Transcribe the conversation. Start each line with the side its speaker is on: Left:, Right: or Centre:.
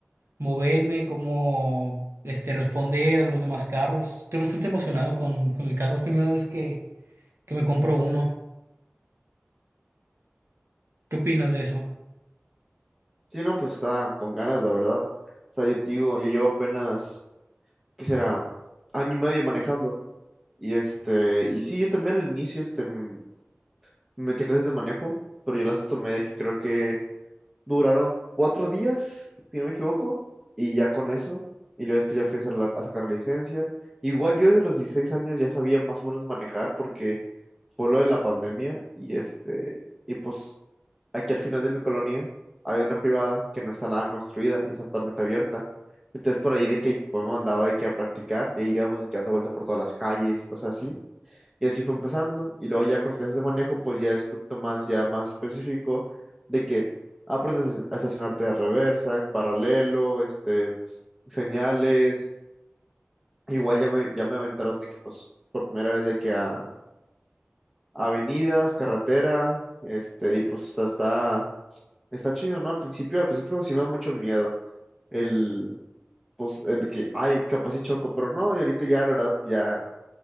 Right: moverme, cómo este, responder a los demás carros. Estoy bastante emocionado con, con el carro. Es primera vez que, que me compro uno. ¿Qué opinas de eso?
Centre: Sí, no, pues está con ganas, la verdad. O sea, yo te digo, yo llevo apenas, ¿qué será? Año y medio manejando. Y este, y sí, yo también al inicio, este, mm, me metí a clases de manejo, pero yo las tomé de que creo que duraron cuatro días, si no me equivoco, y ya con eso. Y luego después ya fui a, hacer la- a sacar la licencia. Igual yo desde los 16 años ya sabía más o menos manejar porque fue lo de la pandemia y este, y pues Aquí al final de mi colonia hay una privada que no está nada construida y está totalmente abierta. Entonces por ahí de que pues, me mandaba de que a practicar y ahí íbamos de que dando vueltas por todas las calles y cosas así. Y así fue empezando. Y luego ya con las clases de manejo pues ya es un poquito más, ya más específico de que aprendes a estacion- a estacionarte de reversa, en paralelo, este, señales. Igual ya me, ya me aventaron de que pues por primera vez de que a avenidas, carretera, este, y pues hasta está Está chido, ¿no? Al principio, al principio sí me da mucho miedo el, pues, el que, ay, capaz y choco, pero no, y ahorita ya, la verdad, ya,